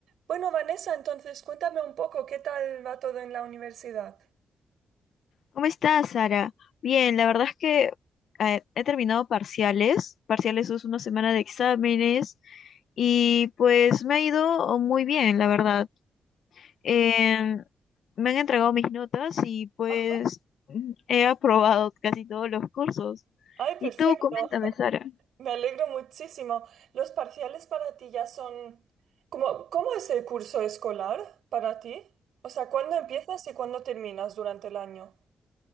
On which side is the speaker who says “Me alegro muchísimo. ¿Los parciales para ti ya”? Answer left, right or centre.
Right